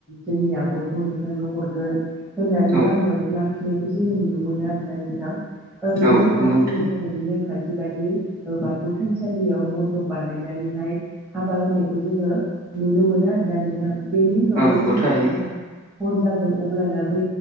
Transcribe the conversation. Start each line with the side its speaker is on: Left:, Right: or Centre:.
Centre: जोंनि आब'खौ नोंथांनो हरगोन होननानै
Right: औ
Centre: लामायावनो लाखिनायखौ जोङो नुनो मोनो आरो ना नोंथां ओ बेनि
Right: औ
Centre: उनावहाय
Right: नंगौ नोंथां
Centre: जोंनि बर' न'नि नेमखान्थि बायदि बाथौ थानसालियाव मन्दप बानायनानैहाय हाबा होनाय खौ जोङो नुनो मोनो आरोना नोंथां बेनि उनावहाय
Right: औ नंगौ
Centre: जोंहा
Right: थारैनो
Centre: जेब्ला हर जागोन अब्लाना बै